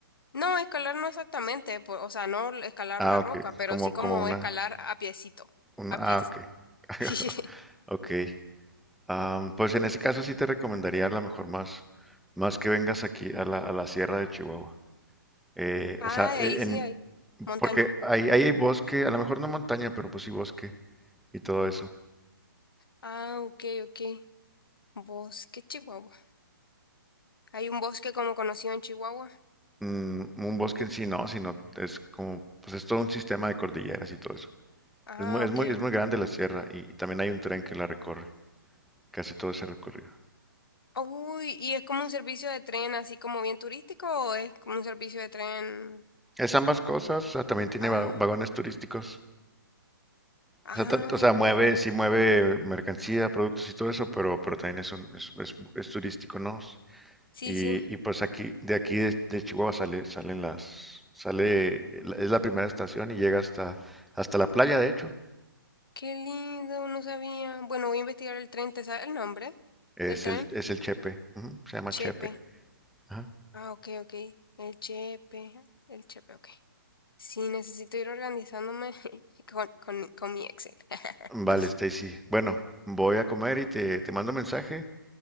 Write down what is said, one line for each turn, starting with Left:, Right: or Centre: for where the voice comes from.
Left: No, escalar no exactamente, po- o sea, no escalar
Centre: Ah,
Left: la roca,
Centre: ok.
Left: pero
Centre: Como,
Left: sí como
Centre: como una,
Left: escalar a piecito,
Centre: una-
Left: a
Centre: ah,
Left: piecito.
Centre: ok. <laughs>
Left: <laughs>
Centre: Ok. Am, pues en ese caso sí te recomendaría a lo mejor más, más que vengas aquí a la, a la Sierra de Chihuahua. Eh,
Left: Ay,
Centre: o sea, e-
Left: ahí sí
Centre: en,
Left: hay montaña.
Centre: porque ahí, ahí hay bosque, a lo mejor no montaña, pero pues sí bosque y todo eso.
Left: Ah, ok, ok. Bosque Chihuahua. Hay un bosque como conocido en Chihuahua.
Centre: Mm, un bosque en sí no, sino es como, pues es todo un sistema de cordilleras y todo eso.
Left: Ah,
Centre: Es muy, es
Left: ok,
Centre: muy, es muy
Left: ok.
Centre: grande la sierra y, y también hay un tren que la recorre, que hace todo ese recorrido.
Left: Uy, ¿y es como un servicio de tren así como bien turístico o es como un servicio de tren?
Centre: Es ambas cosas, o sea, también tiene
Left: Ah,
Centre: va- vagones turísticos.
Left: ay,
Centre: O sea, tanto- o sea, mueve,
Left: ve.
Centre: sí mueve mercancía, productos y todo eso, pero, pero también es, un, es, es- es turístico, ¿no?
Left: Sí,
Centre: Y,
Left: sí.
Centre: y pues aquí, de aquí de, de Chihuahua sale, salen las, sale, es la primera estación y llega hasta, hasta la playa, de hecho.
Left: Qué lindo, no sabía. Bueno, voy a investigar el tren, ¿te sabes el nombre
Centre: Es
Left: del tren?
Centre: el, es el Chepe, ujú, se llama
Left: Chepe.
Centre: Chepe. ajá.
Left: Ah, ok, ok. El chepe, el chepe, ok. Sí, necesito ir organizándome <laughs> con, con, con mi Excel. <laughs>
Centre: Vale, Stacy. Bueno, voy a comer y te, te mando mensaje.